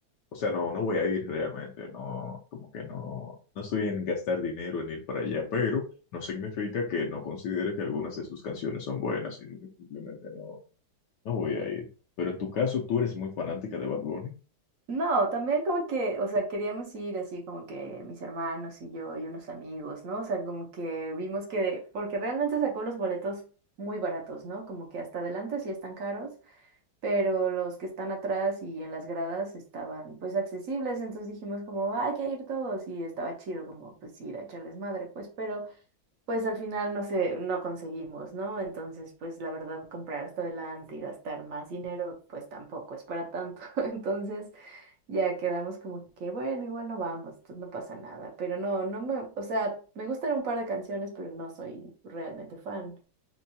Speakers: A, on the left; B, on the right.
A: o sea, no, no voy a ir realmente, no, como que no, no estoy en gastar dinero en ir para allá, pero no significa que no considere que algunas de sus canciones son buenas, sino que simplemente no, no voy a ir. Pero en tu caso, ¿tú eres muy fanática de Bad Bunny?
B: No, también como que, o sea, queríamos ir así como que mis hermanos y yo y unos amigos, ¿no? O sea, como que vimos que, porque realmente sacó los boletos muy baratos, ¿no? Como que hasta adelante sí están caros, pero los que están atrás y en las gradas estaban pues accesibles, entonces dijimos como, "Ah, hay que ir todos y estaba chido como pues ir a echar desmadre, pues, pero pues al final no sé, no conseguimos, ¿no? Entonces pues la verdad comprar hasta adelante y gastar más dinero pues tampoco es para tanto, <laughs> entonces... Ya quedamos como que, bueno, igual no vamos, entonces no pasa nada. Pero no, no me, o sea, me gustan un par de canciones, pero no soy realmente fan.